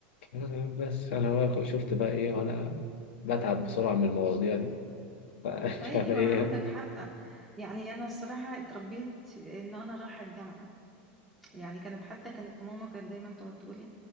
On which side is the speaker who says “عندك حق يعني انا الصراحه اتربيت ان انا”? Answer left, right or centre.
Centre